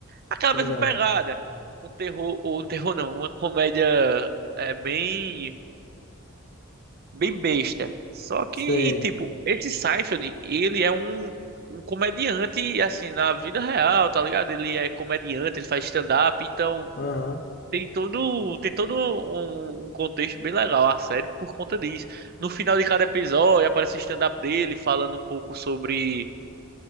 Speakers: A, on the right; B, on the left.
A: aquela
B: ligado.
A: mesma pegada. Um terror, ou um terror não, uma comédia é, bem, bem besta. Só que,
B: Sei.
A: tipo, esse Seinfeld, ele é um, um comediante, assim, na vida real, tá ligado? Ele é comediante, ele faz stand-up, então
B: Aham.
A: tem todo, tem todo um, um contexto bem legal a série por conta disso. No final de cada episódio aparece o stand-up dele falando um pouco sobre